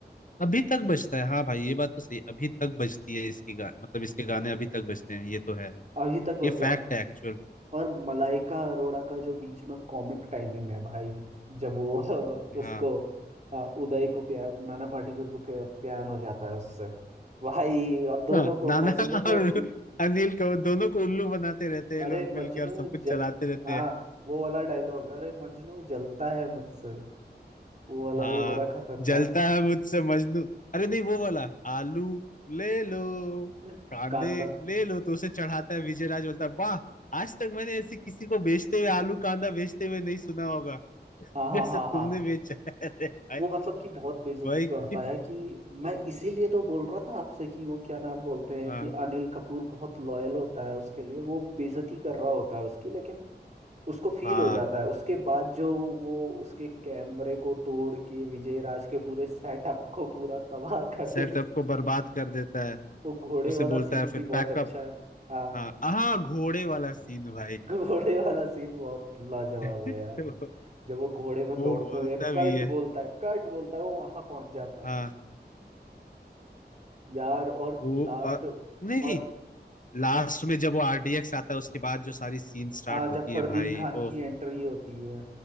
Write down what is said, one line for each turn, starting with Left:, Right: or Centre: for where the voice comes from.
Left: अभी तक बजता है हाँ भाई ये बात तो सही अभी तक बजती है इसकी गा मतलब इसके गाने अभी तक बजते हैं ये तो है
Right: अभी तक बजते
Left: ये फैक्ट
Right: हैं
Left: है एक्चुअल
Right: और मलाइका अरोड़ा का जो बीच में कॉमिक टाइमिंग है भाई जब वो <laughs>
Left: हाँ
Right: उसको अ, उदय को प्यार नाना पाटेकर को प्या- प्यार हो जाता है उससे भाई और दोनों
Left: हाँ
Right: को
Left: नाना
Right: मजनू
Left: और
Right: को भी
Left: अनिल को दोनों को उल्लू बनाते रहते हैं ये
Right: अरे
Left: लोग मिलके
Right: मजनू
Left: और सब कुछ
Right: ज...
Left: चलाते रहते
Right: हाँ
Left: हैं
Right: वो वाला डायलॉग अरे मजनू जलता है मुझसे वो वाला
Left: हाँ
Right: भी बड़ा खतरनाक
Left: जलता है मुझसे मजनू अरे नहीं वो वाला आलू ले लो
Right: है। <laughs>
Left: कांदे
Right: कांदा
Left: ले लो तो उसे चढ़ाता है विजय राज बोलता है वाह आज तक मैंने ऐसे किसी को बेचते हुए आलू कांदा बेचते हुए नहीं सुना होगा
Right: हाँ हाँ
Left: जैसा
Right: हाँ
Left: तुमने
Right: हाँ
Left: बेचा है <laughs> अरे भाई
Right: वो मतलब कि बहुत बेइज्जती
Left: भाई
Right: करता
Left: कि-
Right: है कि मैं इसीलिए तो बोल रहा था आपसे कि वो क्या नाम बोलते हैं
Left: हाँ
Right: कि अनिल कपूर बहुत लॉयल होता है उसके लिए वो बेइज्जती कर रहा होता है उसकी लेकिन उसको फील
Left: हाँ
Right: हो जाता है उसके बाद जो वो उसके कैमरे को तोड़ के विजय राज के पूरे सेटअप को पूरा तबाह कर देता
Left: सेटअप
Right: है।
Left: को बर्बाद कर देता है
Right: वो घोड़े
Left: उसे
Right: वाला
Left: बोलता
Right: सीन
Left: है
Right: भी
Left: फिर
Right: बहुत
Left: पैकअप
Right: अच्छा है हाँ
Left: हाँ हाँ घोड़े वाला सीन भाई
Right: घोड़े वाला सीन बहुत लाजवाब
Left: <laughs>
Right: है यार जब वो घोड़े में
Left: वो
Right: दौड़ते
Left: बोलता
Right: हुए कर्ट
Left: भी है
Right: बोलता है कर्ट बोलता है वो वहां पहुंच जाता
Left: हाँ
Right: है यार और
Left: वो
Right: लास्ट
Left: और नहीं
Right: और
Left: लास्ट में जब वो आरडीएक्स आता है उसके बाद जो सारी सीन स्टार्ट
Right: आ
Left: होती
Right: जब फरदीन
Left: है भाई
Right: खान
Left: ओ
Right: की एंट्री होती है